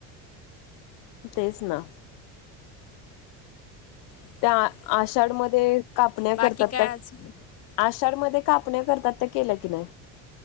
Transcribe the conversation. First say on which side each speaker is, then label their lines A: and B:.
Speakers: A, on the left; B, on the left.
A: तेच ना.
B: खरं.
A: त्या आषाढमध्ये कापण्या
B: बाकी
A: करतात
B: काय
A: त्या
B: आज
A: आषाढ मध्ये कापण्या करतात ते केल्या की नाय?